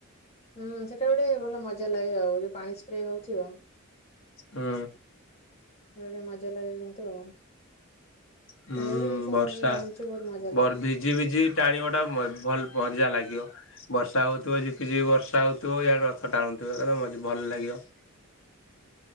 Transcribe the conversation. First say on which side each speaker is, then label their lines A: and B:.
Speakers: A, on the left; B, on the left.
A: ହୁଁ ସେଟା ଗୋଟେ ଭଲ ମଜା ଲାଗେ ଆଉ ଯୋଉ ପାଣି ସ୍ପ୍ରେ ହଉଥିବ।
B: ହୁଁ
A: ଭଲ ମଜା ଲାଗେ କିନ୍ତୁ ଆଉ।
B: ହୁଁ
A: ଆମେ ବି ଦି ତିନି
B: ବର୍ଷା
A: ଥର ଟାଣିଛୁ ବହୁତ ମଜା ଲାଗେ।
B: ବର ଭିଜି ଭିଜି ଟାଣିବ ଟା ଭଲ ମଜା ଲାଗିବ। ବର୍ଷା ହଉଥିବ ଝିପିଝିପି ବର୍ଷା ହଉଥିବ ଇଆଡେ ରଥ ଟାଣୁଥିବ <inaudible> ଭଲ ଲାଗିବ।